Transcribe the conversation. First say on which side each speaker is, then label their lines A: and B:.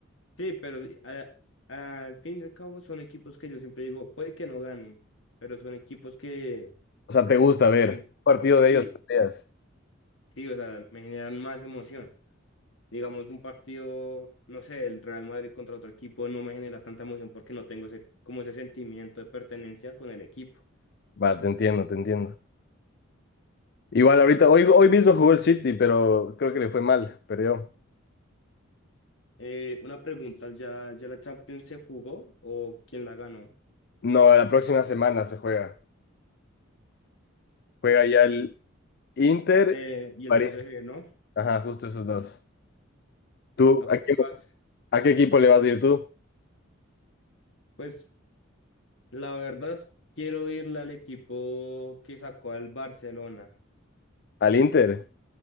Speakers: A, on the left (about 65°); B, on the left (about 50°).
A: Sí, pero sí, a- al fin y al cabo son equipos que yo siempre digo, puede que no ganen, pero son equipos que
B: O sea, te gusta ver
A: em,
B: un partido de
A: sí,
B: ellos. peleas.
A: sí, o sea, me generan más emoción. Digamos, un partido, no sé, el Real Madrid contra otro equipo no me genera tanta emoción porque no tengo ese, como ese sentimiento de pertenencia con el equipo.
B: Va, te entiendo, te entiendo. Igual ahorita, hoy, hoy mismo jugó el City, pero creo que le fue mal, perdió.
A: Eh, una pregunta, ¿ya, ya la Champions se jugó o quién la ganó?
B: No, la próxima semana se juega. Juega ya el Inter,
A: Eh, y
B: París.
A: el PSG, ¿no?
B: Ajá, justo esos dos. ¿Tú
A: ¿A cuál
B: a qué,
A: le vas?
B: a qué equipo le vas a ir tú?
A: Pues la verdad, quiero irle al equipo que sacó al Barcelona.
B: ¿Al Inter?